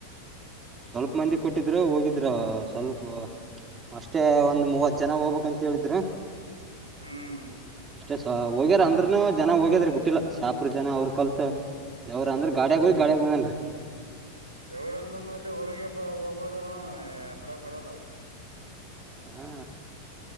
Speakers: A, on the right (about 20°); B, on the right (about 85°).
A: ಸ್ವಲ್ಪ ಮಂದಿ ಕೊಟ್ಟಿದ್ರು ಹೋಗಿದ್ರು ಸ್ವಲ್ಪ ಅಷ್ಟೇ ಒಂದ್ ಮೂವತ್ ಜನ ಹೋಗ್ಬೇಕಂತ ಹೇಳಿದ್ರು
B: ಹ್ಮ್
A: ಅಷ್ಟೇ ಸ ಹೋಗ್ಯಾರ ಅಂದ್ರರುನು ಜನ ಹೋಗ್ಯದ್ರೆ ಬಿಟ್ಟಿಲ್ಲ ಶಾಪರು ಜನ ಅವ್ರರು ಕಲ್ತ್ ಯಾವ್ರ ಅ್ರ ಗಾಡಾಗ ಹೋಗ ಗಾಡಾಗೇಬಂದಂನ್ರೀ
B: ದೇವ್ರನ್ನ ಮೇಲೆ ಹೋಗಕ ಬ ಹೋಗ್ಬೋದಲ್ಲಣ ಬಿಡಕ್ ಬರಲ್ಲ ಅದು
A: ಹಾ